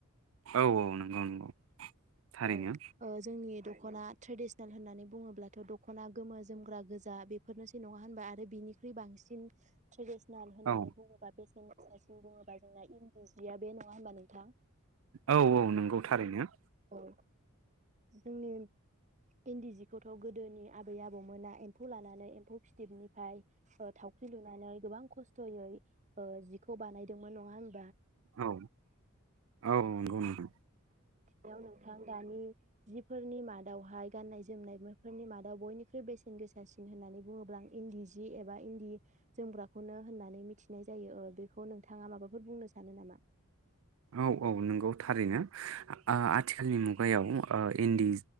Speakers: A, on the right; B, on the right.
A: औ औ नंगौ नंगौ। थारैनो
B: औ ओ जोंनि द'खना ट्रेडिसनेल होननानै बुङोब्लाथ द'खना गोमो जोमग्रा गोजा बेफोरनोसै नङा होनबा आरो बिनि फ्रि बांसिन ट्रेडिसनेल होननानै
A: औ
B: बुङोबा बेसेन सिन बुङोबा जोंना इन्दि जिया बे नङा होनबा नोंथां।
A: औ औ नंगौ थारैनो।
B: औ ओ जोंनि इन्दि जिखौथ गोदोनि आबै आबौमोना एम्फौ लानानै एम्फ फिथिबनिफ्राय स थावख्रि लुनानै गोबां खस्थयै ओ जिखौ बानायदोंमोन नङा होम
A: औ औ नंगौ नगौ।
B: याव नोंथां दानि जिफोरनि मादावहाय गाननाय जोमनायफोरनि मादाव बयनिख्रुइ बेसेन गोसासिन होननानै बुङोब्ला आं इन्दि जि एबा इन्दि जोमग्राखौनो होननानै मिथिनाय जायो ओ बेखौ नोंथाङा माबाफोर बुंनो सानो नामा?
A: औ औ नंगौ थारैनो आ-आथिखालनि मुगायाव ओ इन्दि